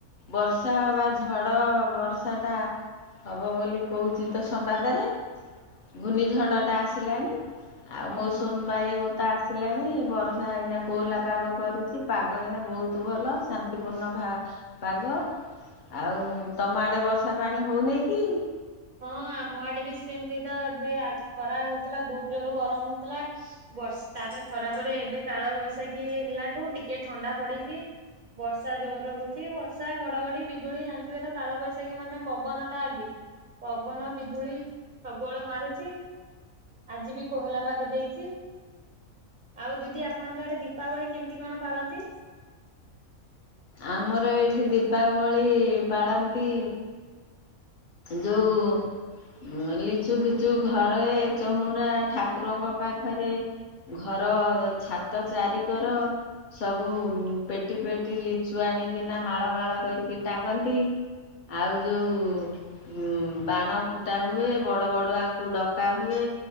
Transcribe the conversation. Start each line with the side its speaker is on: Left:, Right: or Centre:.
Left: ବର୍ଷା ହବା ଝଡ଼ ହଁ ବର୍ଷା ଟା ହବ ବୋଲି କହୁଛି ତ ସମ୍ବାଦରେ। ଘୂର୍ଣ୍ଣିଝଡ଼ଟା ଆସେ। ଥିଲାଣି <inaudible> ଆଉ
Right: ହଁ
Left: ମୌସୁମୀ ବାୟୁ ଆସିଲାଣି ବର୍ଷା ଏଇନା କୋହଲା ପାଗ କରିଛି ପାଗ ଏଇନା ବହୁତ ଭଲ। ଶାନ୍ତିପୂର୍ଣ୍ଣ ପାଗ ଆଉ ତମ ଆଡ଼େ ବର୍ଷା ପାଣି ହେଉନାହିଁ କି?
Right: ହଁ ଆମ ଆଡେ ବି ସେମିତି ତ ଏବେ ଆ ଖରା ହଉଥିଲା ବହୁତ ଜୋର ଗରମ ହଉଥିଲା। ବର୍ଷ୍ ତାପରେ ଖରାବରେ ଏବେ କାଳବୈଶାଖୀ ହେଲାଠୁ ଟିକେ ଥଣ୍ଡା ପଡ଼ିଛି ବର୍ଷା ଜୋର ହଉଛି ବର୍ଷା ଘଡଘଡି ବିଜୁଳି ଜାଣିଥିବେ ତ କାଳବୈଶାଖୀ ମାନେ ପବନ ଟା ଆଗେ। ପବନ ବିଜୁଳି ସବୁଆଳେ ମାରୁଛି ଆଜି ବି କୋହଲା ପାଗ ଦେଇଛି ଆଉ ଦିଦି ଆପଣଙ୍କ ଆଡ଼େ ଦୀପାବଳି କେମିତି କଣ ପାଳନ୍ତି?
Left: ଆମର ଏଇଠି ଦୀପାବଳି ପାଳନ୍ତି ଯୋଉ <unintelligible> ଲିଚୁ ପିଚୁ ଘଟ୍ ଏ ଚଉୁରା ଠାକୁରଙ୍କ ପାଖରେ ଘର ଛାତ ଚାରି କର ସବୁ ପେଟି ପେଟି ଲିଚୁ ଆଣିକିନା ମାଳ ମାଳ କରିକି ଟାଙ୍ଗନ୍ତି ଆଉ ଯୋଉଁ ଉ ବାଣ ଫୁଟା ହୁଏ ବଡ଼ ବଡ଼ୁଆଙ୍କୁ ଡକା ହୁଏ